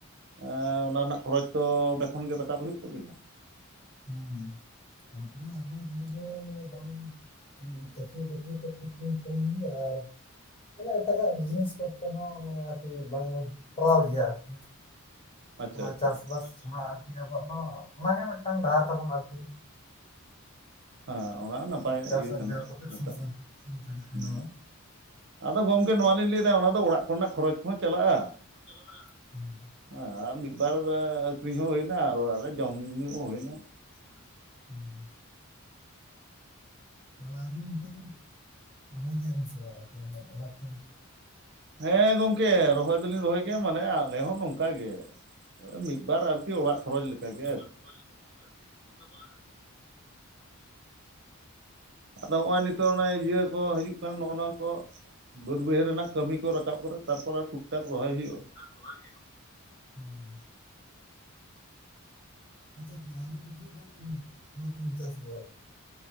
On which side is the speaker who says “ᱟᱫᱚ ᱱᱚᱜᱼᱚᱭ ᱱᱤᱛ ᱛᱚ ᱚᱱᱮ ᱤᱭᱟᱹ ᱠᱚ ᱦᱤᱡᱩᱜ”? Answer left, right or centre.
Right